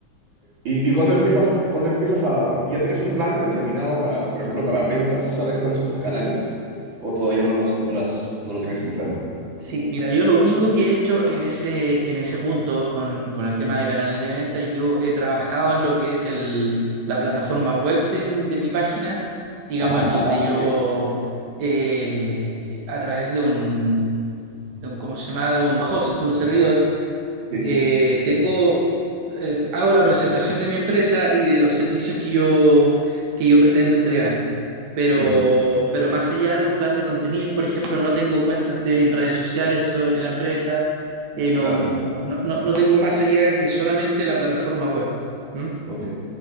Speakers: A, on the right; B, on the right.
A: Y, y cuando empiezas, cuando empiezas a, ya tienes un plan determinado para, por ejemplo, para ventas, ¿sabes cuáles son tus canales? ¿O todavía no los, no las, no lo tienes en claro?
B: Sí, mira, yo lo único que he hecho en ese, en ese punto con, con el tema de canales de venta, yo he trabajado en lo que es el, la plataforma web de, m- de mi página, digamos,
A: Ajá,
B: en donde
A: ah,
B: yo,
A: ok,
B: eh, a través de un, de un, ¿cómo se llama?, de un host, de un servidor,
A: sí,
B: eh, tengo, eh, hago la presentación de mi empresa y de los servicios que yo, que yo pretendo entregar. Pero,
A: Sí.
B: pero más allá de un plan de contenidos, por ejemplo, no tengo cuentas de, en redes sociales sobre la empresa, eh, no,
A: claro,
B: no, no, no tengo más allá que solamente la plataforma web. ¿Mm?
A: ok.